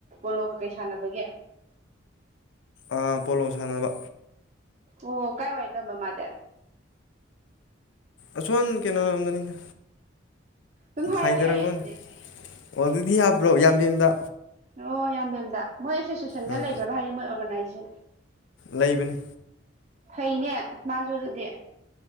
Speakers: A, on the right (about 40°); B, on the left (about 70°).
A: ꯄꯣꯂꯣ ꯀꯀꯩ ꯁꯥꯟꯅꯕꯒꯦ
B: ꯑ ꯄꯣꯂꯣ ꯁꯥꯟꯅꯕ
A: ꯑꯣ ꯀꯥꯏ ꯋꯥꯥꯏ ꯇ ꯑꯝꯕ ꯃꯥꯗ
B: ꯑꯁꯋꯥꯟ ꯀꯩꯅ ꯑꯝꯗꯅꯤꯗ
A: ꯑꯗꯨꯝ ꯍꯥꯏꯌꯣ
B: ꯐꯗꯔꯒꯣꯟ
A: ꯌꯥꯏꯌꯦ ꯑꯗꯨꯗꯤ
B: ꯑꯣ ꯑꯗꯨꯗꯤ ꯍꯥꯞꯄ꯭ꯔꯣ ꯌꯥꯝꯕꯦꯝꯗ
A: ꯑꯣ ꯌꯥꯝꯕꯦꯝꯗ ꯃꯣꯏ ꯑꯦꯁꯣꯁꯤꯌꯦꯁꯟꯗ
B: ꯎꯝ
A: ꯂꯩꯕ꯭ꯔꯕ ꯍꯥꯏꯗꯤꯣꯏ ꯅꯥꯏꯁ
B: ꯂꯩꯕꯅꯤ
A: ꯐꯩꯅꯦ ꯃꯥꯁꯨ ꯑꯗꯨꯗꯤ